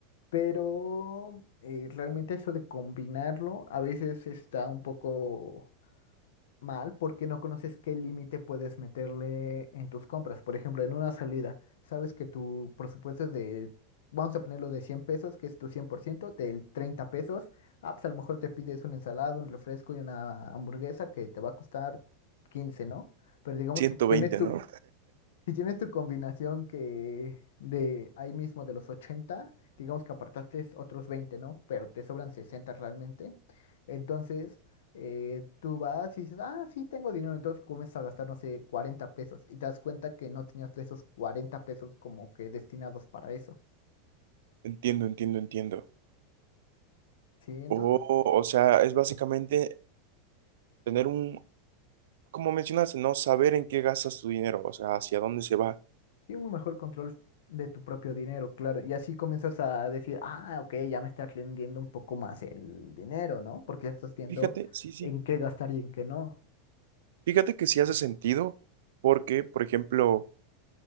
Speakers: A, on the left; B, on the right.
A: pero eh, realmente eso de combinarlo a veces está un poco mal porque no conoces qué límite puedes meterle en tus compras. Por ejemplo, en una salida, sabes que tu presupuesto es de, vamos a ponerlo de 100 pesos, que es tu 100% del 30 pesos, ah, pues a lo mejor te pides una ensalada, un refresco y una hamburguesa que te va a costar quince ¿no? Pero digamos
B: 120,
A: que tienes tu,
B: ¿no?
A: si tienes tu combinación que de ahí mismo de los 80 digamos que apartaste otros veinte ¿no? Pero te sobran 60 realmente. Entonces, eh, tú vas y dices, ah, sí, tengo dinero. Entonces comienzas a gastar, no sé, 40 pesos. Y te das cuenta que no tenías esos 40 pesos como que destinados para eso.
B: Entiendo, entiendo, entiendo.
A: Sí, entonces
B: O, o sea, es básicamente tener un, como mencionaste, no saber en qué gastas tu dinero, o sea, hacia dónde se va.
A: tiene un mejor control de tu propio dinero, claro. Y así comienzas a decir, ah, ok, ya me está rindiendo un poco más el dinero, ¿no? Porque ya estás viendo
B: Fíjate, sí, sí.
A: en qué gastar y en qué no.
B: Fíjate que sí hace sentido porque, por ejemplo,